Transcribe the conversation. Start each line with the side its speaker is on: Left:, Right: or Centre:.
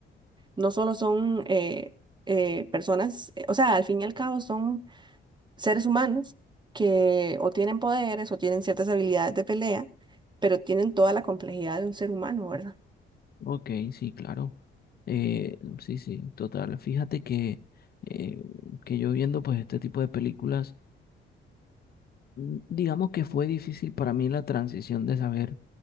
Right: no solo son eh, eh, personas, eh, o sea, al fin y al cabo son seres humanos que o tienen poderes o tienen ciertas habilidades de pelea, pero tienen toda la complejidad de un ser humano, ¿verdad?
Left: Ok, sí, claro. Eh, sí, sí, total. Fíjate que, eh, que yo viendo pues este tipo de películas. mm, Digamos que fue difícil para mí la transición de saber